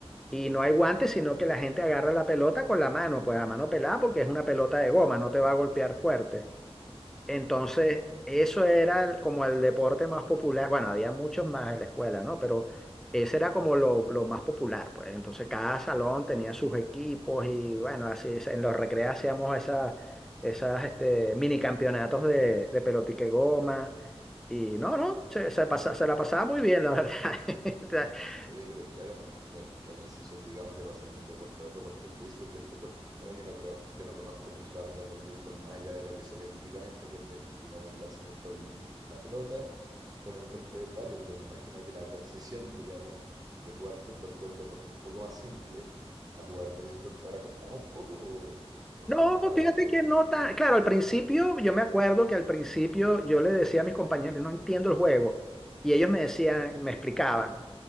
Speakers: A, in the centre; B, on the right.
A: y no hay guantes, sino que la gente agarra la pelota con la mano, pues a mano pelada, porque es una pelota de goma, no te va a golpear fuerte. Entonces,
B: claro, claro.
A: eso era el- como el deporte más popular. Bueno, había muchos más en la escuela, ¿no? Pero ese era como lo, lo más popular, pues. Entonces, cada salón tenía sus equipos y, bueno, así es, en los recreos hacíamos esas, esas este, mini campeonatos de, de pelotique goma. Y no, no, se, se pasa- se la pasaba muy bien, la verdad. <laughs>
B: Oye, pero claro, la, la transición, digamos, de pasar de un deporte a otro, porque el béisbol y el fútbol, bueno, yo no creo, yo no conozco mucho las reglas del béisbol más allá de lo que se ve típicamente, que es, el- digamos, el lanzamiento de la pelota con el golpe del bate, pero me imagino que la transición, digamos, de jugar fútbol, que es un deporte un poco más simple, a jugar béisbol te habrá costado un poco o, o
A: No,
B: no te gustaba
A: fíjate
B: tanto
A: que
B: el fútbol,
A: no tan...
B: digamos.
A: Claro, al principio, yo me acuerdo que al principio yo le decía a mis compañeros, no entiendo el juego. Y ellos me decían, me explicaban.